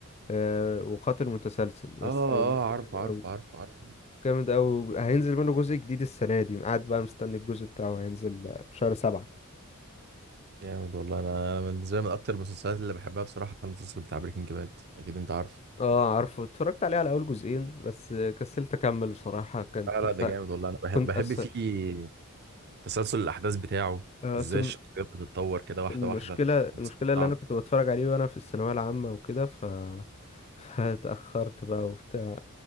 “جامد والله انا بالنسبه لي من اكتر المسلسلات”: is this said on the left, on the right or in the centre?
Right